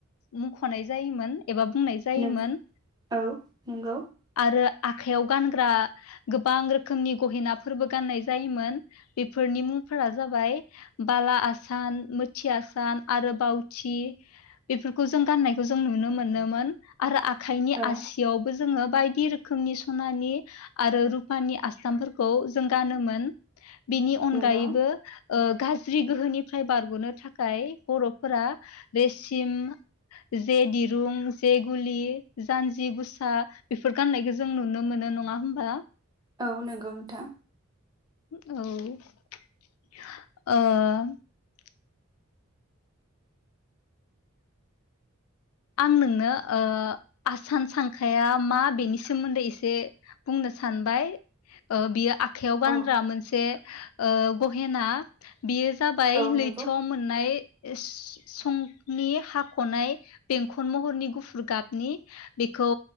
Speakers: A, on the left (about 80°); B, on the right (about 20°).
A: मुंख'नाय जायोमोन एबा बुंनाय जायोमोन
B: नंगौ औ नोंगौ
A: आरो आखाइयाव गानग्रा गोबां रोखोमनि गहेनाफोरबो गाननाय जायोमोन बेफोरनि मुंफोरा जाबाय बाला आसान मोथि आसान आरो बाावथि बेफोरखौ जों गाननायखौ जों नुनो मोनोमोन आरो आखाय आसियावबो
B: औ
A: जोङो बायदि रोखोमनि स'नानि आरो रु'पानि आस्थामफोरखौ जों गानोमोन बिनि अनगायैबो
B: नंगौ
A: ओ गाज्रि गोहोनिफ्राय बारग'नो थाखाय बर'फोरा रेसिम जे दिरुं जे गुलि जानजि गुसा बेफोर गान्नायखौ जों नुनो मोनो नङा होमबा
B: औ नंगौ नोंथां
A: औ ओ आं नोंनो ओ आसान सांखाया मा बेनि सोमोन्दै एसे बुंनो सानबाय ओ बियो आखाइयाव गानग्रा
B: औ
A: मोनसे ओ गहेना बेयो जाबाय
B: औ
A: लैथोआव
B: नंगौ
A: मोननाय सं नि हाख'नाय बेंखन महरनि गुफुर गाबनि बेखौ